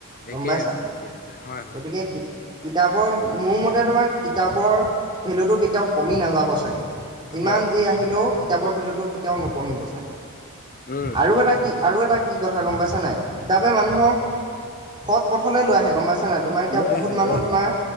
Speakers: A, on the right; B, on the left.
A: গম
B: একেই
A: পাইছা
B: আছে একে আছে হয় হয়
A: গতিকে কিতাপৰ মোৰ মতে তোমাৰ কিতাপৰ ভেলুটো কেতিয়াও কমি নাযাব চাগে যিমান
B: হয়
A: যি আহিলেও কিতাপৰ ভেলুটো কেতিয়াও নকমিব চাগে।
B: উম
A: আৰু এটা কি আৰু এটা কি কথা গ'ম পাইছা নাই কিতাপে মানুহক সৎ পথলৈ লৈ আহে গম পাইছা নাই তুমাৰ এতিয়া
B: লৈ
A: বহুত
B: আহে
A: মানুহ
B: লৈ আহে
A: তুমাৰ